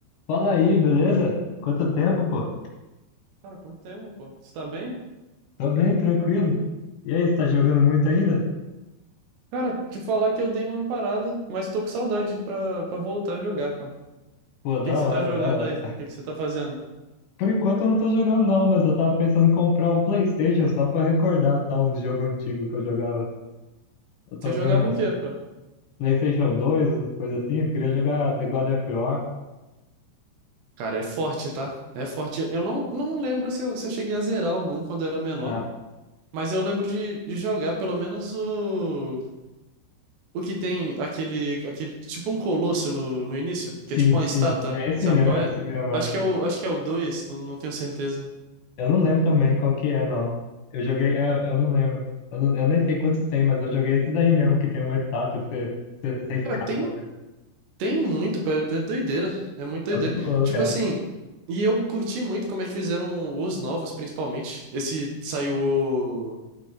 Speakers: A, on the left; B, on the right.
A: Fala aí, beleza? Quanto tempo, pô?
B: Cara, quanto tempo, pô? Você tá bem?
A: Tô bem, tranquilo. E aí, você tá jogando muito ainda?
B: Cara, te falar que eu dei uma parada, mas tô com saudade pra, pra voltar a jogar, pô. O
A: Pô, da
B: que que
A: hora,
B: você tá jogando
A: da hora.
B: aí? O que que você tá fazendo?
A: Por enquanto eu não tô jogando não, mas eu tava pensando em comprar um PlayStation só pra recordar tá, uns jogos antigos que eu jogava. Eu tô
B: Você jogava
A: vendo uns
B: o quê, pô?
A: PlayStation 2, umas coisas assim. Eu queria jogar The God of War.
B: Cara, é forte, tá? É forte. Eu não, não lembro se eu, se eu cheguei a zerar algum quando eu era menor,
A: Ah,
B: mas eu lembro de, de jogar pelo menos o, o que tem aquele, aquele, tipo um colosso no, no início,
A: sim,
B: que é tipo uma
A: sim.
B: estátua,
A: É esse
B: sabe
A: mesmo,
B: qual é?
A: é esse mesmo.
B: Acho
A: É.
B: que é o, acho que é o dois não, não tenho certeza.
A: Eu não lembro também qual que é, não. Eu joguei, é, eu não lembro. Eu, não- eu nem sei quantos tem, mas eu joguei esse daí mesmo, que tem uma estátua que você, você, você escala.
B: Cara, tem. Tem muito, pô, é é doideira. É muito doideira.
A: É muito louco,
B: Tipo
A: é.
B: assim, e eu curti muito como é que fizeram os novos, principalmente. Esse saiu o...